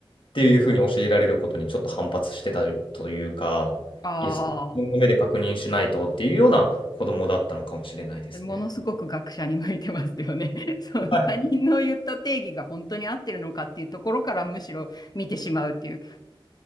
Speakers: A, on the left; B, on the left.
A: っていうふうに教えられることにちょっと反発してたというか、
B: あ
A: いや、自分の目で確認しないとっていうような子供だったのかもしれないですね。
B: あ、ものすごく学者に向いてますよね。<laughs> そう、
A: はい
B: 他人の言った定義が本当に合ってるのかっていうところからむしろ見てしまうっていう